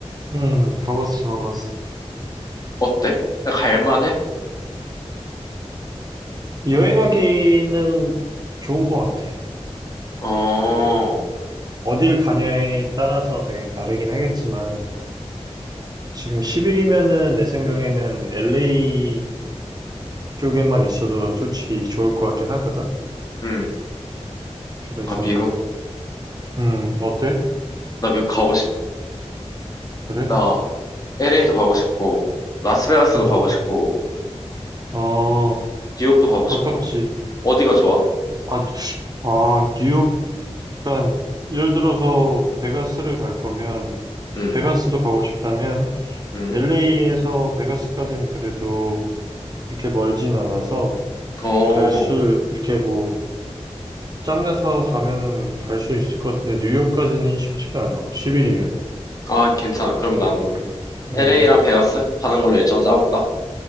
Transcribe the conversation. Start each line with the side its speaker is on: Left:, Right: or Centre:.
Right: 음, 가봤어, 가봤어.
Left: 어때? 갈만해?
Right: 여행하기는 좋은 것 같아.
Left: 어,
Right: 뭐, 어딜 가냐에 따라서 되게 다르긴 하겠지만, 지금 10일이면은 내 생각에는 LA 쪽에만 있어도 솔직히 좋을 것 같긴 하거든?
Left: 응.
Right: 그래서,
Left: 아, 미국.
Right: 음, 어때?
Left: 나 미국 가고 싶어.
Right: 그래?
Left: 나 LA도 가고 싶고, 라스베가스도
Right: 음,
Left: 가고 싶고,
Right: 어,
Left: 뉴욕도 가고
Right: 가깝지.
Left: 싶어. 어디가 좋아?
Right: 아, 아, 뉴욕, 그러니까 예를 들어서 베가스를 갈 거면
Left: 응.
Right: 베가스도 가고 싶다면
Left: 응.
Right: LA에서 베가스까지는 그래도 그렇게 멀진 않아서
Left: 어,
Right: 갈 수, 이렇게 뭐 짬내서 가면은 갈 수 있을 것 같은데 뉴욕까지는 쉽지가 않아. 10일이면.
Left: 아, 괜찮아. 그러면
Right: 객관적으로.
Left: 난
Right: 음,
Left: LA랑 베가스 가는 걸로 일정 짜볼까?